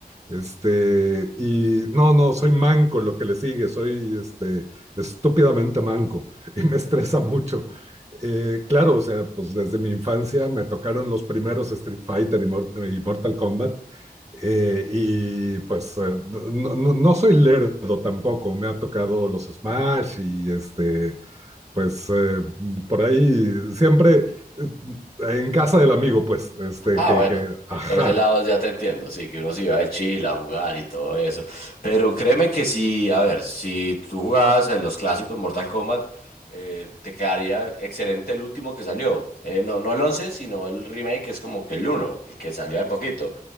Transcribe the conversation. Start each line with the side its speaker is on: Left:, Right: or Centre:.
Right: Este, y no, no, soy manco lo que le sigue, soy este, estúpidamente manco <laughs> y me estresa mucho. Eh, claro, o sea, pues desde mi infancia me tocaron los primeros Street Fighter y, Mort- y Mortal Kombat. eh, y pues eh, no, no- no soy lerdo tampoco, me ha tocado los Smash y este, pues eh, por ahí siempre eh, en casa del amigo, pues, este,
Left: Ah,
Right: que,
Left: bueno,
Right: que, ajá.
Left: por ese lado ya te entiendo, sí, que uno se iba de Chile a jugar y todo eso. Pero créeme que sí, a ver, si tú jugabas en los clásicos Mortal Kombat, eh, te quedaría excelente el último que salió. Eh, no, no el 11, sino el remake, que es como que el uno, el que salió hace poquito.